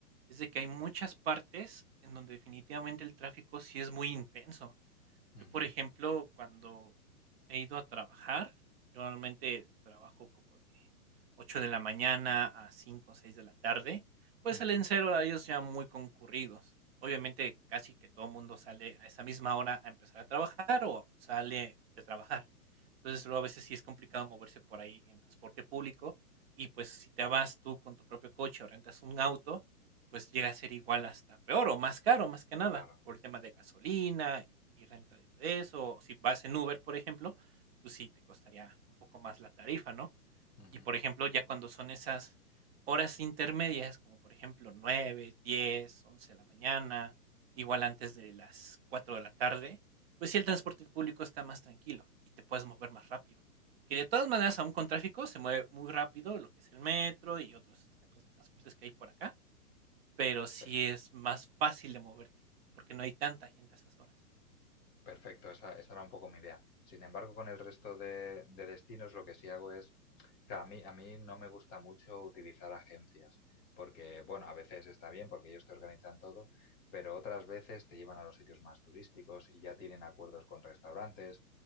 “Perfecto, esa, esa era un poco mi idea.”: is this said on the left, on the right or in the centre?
Left